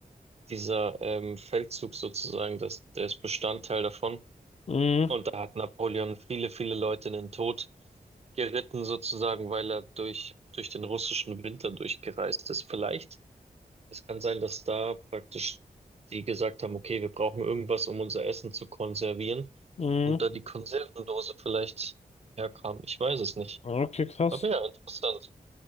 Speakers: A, on the right; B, on the left.
A: dieser ähm, Feldzug sozusagen, das, der ist Bestandteil davon.
B: Mhm.
A: Und da hat Napoleon viele, viele Leute in den Tod geritten, sozusagen, weil er durch, durch den russischen Winter durchgereist ist. Vielleicht, es kann sein, dass da praktisch die gesagt haben, okay, wir brauchen irgendwas, um unser Essen zu konservieren.
B: Mhm.
A: Und da die Konservendose vielleicht herkam. Ich weiß es nicht.
B: Okay, krass.
A: Aber ja, interessant.